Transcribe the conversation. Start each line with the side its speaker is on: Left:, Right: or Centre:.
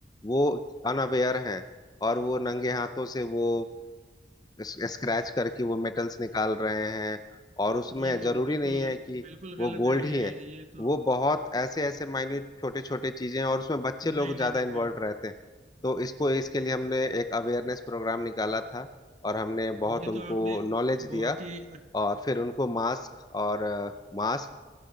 Left: वो अनअवेयर हैं और वो नंगे हाथों से वो स्क्रैच करके वो मेटल्स निकाल रहे हैं और उसमें
Right: ये तो
Left: जरूरी
Right: बिल्कुल
Left: नहीं है कि
Right: बिल्कुल
Left: वो
Right: गलत
Left: गोल्ड
Right: है ये
Left: ही है
Right: ये तो
Left: वो बहुत ऐसे ऐसे माइन्यूट छोटे छोटे चीजें हैं और उसमें बच्चे
Right: नहीं
Left: लोग
Right: नहीं
Left: ज्यादा
Right: नहीं
Left: इन्वॉल्व
Right: बिल्कुल
Left: रहते हैं तो इसको इसके लिए हमने एक अवेयरनेस प्रोग्राम निकाला था और हमने बहुत
Right: ये
Left: उनको
Right: तो आपने
Left: नॉलेज दिया
Right: बहुत ही अ-
Left: और फिर उनको मास्क और मास्क